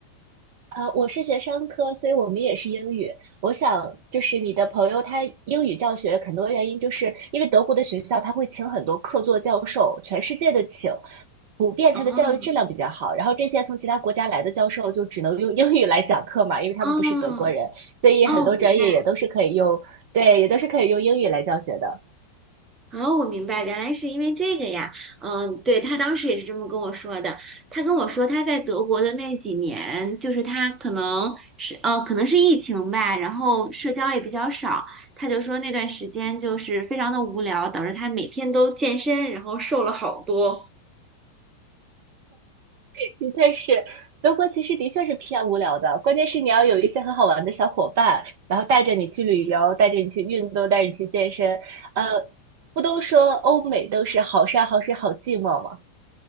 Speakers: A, on the right; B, on the right.
A: 呃，我是学商科，所以我们也是英语。我想，就是你的朋友他英语教学很多原因，就是因为德国的学校他会请很多客座教授，全世界的请，普遍他的教育质量比较好。
B: 啊。
A: 然后这些从其他国家来的教授就只能用英语来讲课嘛，因为他们不是德国人，
B: 哦
A: 所以很多专业也都是可以用，
B: 哦，明白。
A: 对，也都是可以用英语来教学的。
B: 哦，我明白，原来是因为这个呀。嗯，对，他当时也是这么跟我说的。他跟我说他在德国的那几年，就是他可能是呃，可能是疫情吧，然后社交也比较少。他就说那段时间就是非常的无聊，导致他每天都健身，然后瘦了好多。
A: <laughs> 的确是，德国其实的确是偏无聊的，关键是你要有一些很好玩的小伙伴，然后带着你去旅游，带着你去运动，带着你去健身。呃，不都说欧美都是好山好水好寂寞吗？